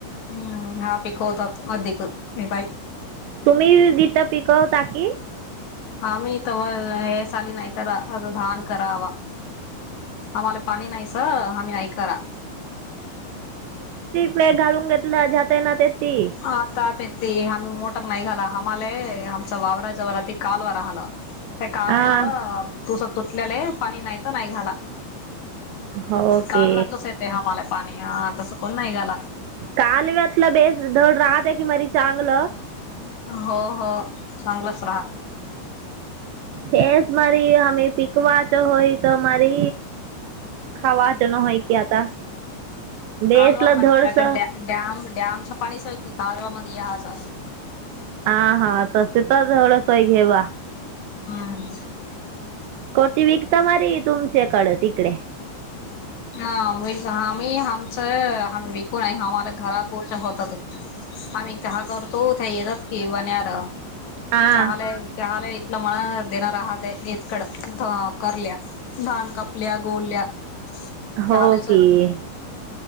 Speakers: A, on the left; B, on the right.
A: हूं हा पीकवतात. अधिक बाई
B: तुम्ही बी बीत पिकवता की,
A: आम्ही तवा हे साली नाय करा आत धान करावा आम्हाला पाणी नाही स आम्ही नाही करा
B: ते घालून घेतलं हेज्यात ते ना ते ते
A: आता ते ते आम्ही मोटर नाही घाला आम्हाले आमचा वावराच्या वरती कालवा राहल ते कालवा
B: हां
A: तूस तुटलेले पाणी नाय त नाय घाला
B: हो
A: काल
B: की
A: वाातलच येते हमाले पाणी हा तसं कोण नाही घाला
B: कालव्यातलं बेस धड राहतय की मरी चांगलं
A: हो हो चांगलच
B: हेच मरी आम्ही पिक कवाचो होय त माारी खावाचो न होय की आता बेसला
A: हलवा म्हणत
B: धडसं
A: त ड डॅम डयामच पाणी सयकल कालवामदि याहचा
B: हा हा तस <unintelligible> सोय घेवा
A: हूं
B: कोटी विकता मारी तुम टेकाढ तिकडे
A: <unintelligible> हामित आम्ही आमचं आम्ही विकूनय आम्हाला घरापूरत होतत आम्ही इथ हा करतो त्या येतात की वण्यार
B: हां
A: <unintelligible> सहाल इथल मला देणार आहात <unintelligible> कड करल्या भान कापल्या गोल्या <unintelligible>
B: हो
A: आम्हाला
B: की